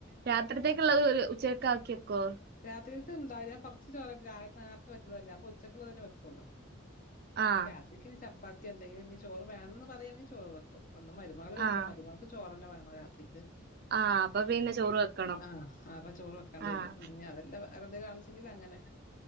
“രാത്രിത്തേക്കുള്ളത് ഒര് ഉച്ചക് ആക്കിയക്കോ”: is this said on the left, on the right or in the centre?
Right